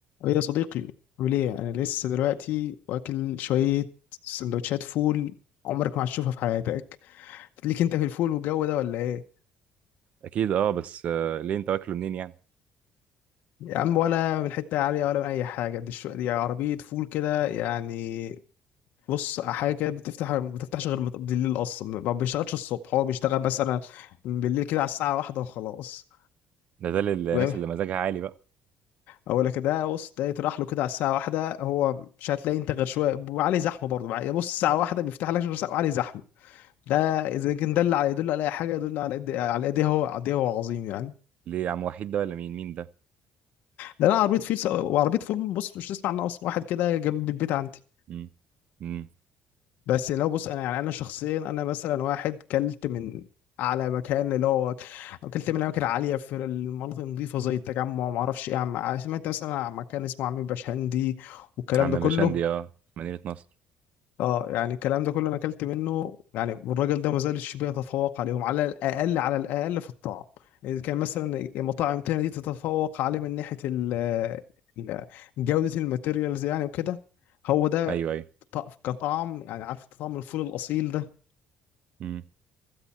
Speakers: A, on the left (about 70°); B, on the right (about 45°).
A: يا صديقي عامل ايه انا لسه دلوقتي واكل شويه سندوتشات فول عمرك ما هتشوفها في حياتك ليك انت في الفول والجو ده ولا ايه
B: اكيد اه بس آه، ليه انت واكله منين يعني
A: يا عم ولا من حته عاليه ولا من اي حاجه دي, الشو... دي عربيه فول كده يعني بص حاجه كده بتفتح ما بتفتحش غير مت- بالليل اصلا ما بيشتغلش الصبح هو بيشتغل مثلا بالليل كده على الساعه واحدة وخلاص
B: ده ده للناس
A: فاهم
B: اللي مزاجها عالي بقى
A: اقول لك ده بص ده يطرح له كده على الساعه واحدة هو مش هتلاقي انت غير شويه وعليه زحمه برضه بقى. بص الساعه واحدة بيفتح لك غير ساعة وعليه زحمه ده اذا كان ده اللي على يدل على اي حاجه يدل على قد على قد ايه هو قد ايه هو عظيم يعني
B: ليه عم وحيد ده ولا مين مين ده
A: ده انا عربيه فيل وعربيه فول بص مش تسمع عنها اصلا واحد كده جنب البيت عندي
B: امم امم
A: بس لو بص انا يعني انا شخصيا انا مثلا واحد كلت من على مكان اللي هو اكلت من اماكن عاليه في المناطق النظيفه زي التجمع وما اعرفش ايه عم سمعت مثلا عن مكان اسمه عم بشهندي والكلام
B: عم
A: ده كله
B: بشندي اه مدينة نصر
A: اه يعني الكلام ده كله انا اكلت منه يعني الراجل ده ما زالش بيتفوق عليهم على الاقل على الاقل في الطعم اذا كان مثلا مطاعم تانية دي تتفوق عليه من ناحيه ال ال- جوده الماتيريالز يعني وكده هو ده
B: ايوه ايوه
A: ط- كطعم يعني عارف أنت طعم الفول الاصيل ده
B: امم